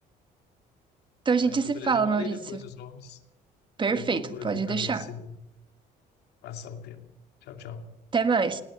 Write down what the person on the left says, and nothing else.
Ah, então,
beleza.
Me manda
aí depois os nomes.
E aí eu procuro
aqui para
ver se eu vou passar o tempo. Tchau, tchau.